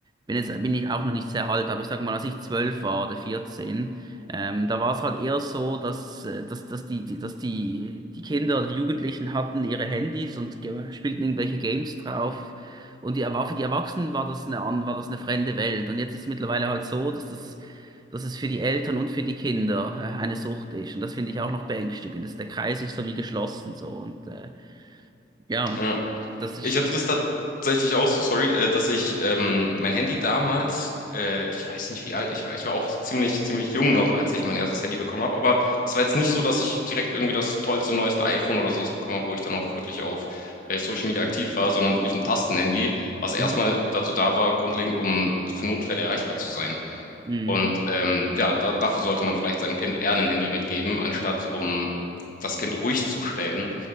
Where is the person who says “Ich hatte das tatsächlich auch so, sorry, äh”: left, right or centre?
Left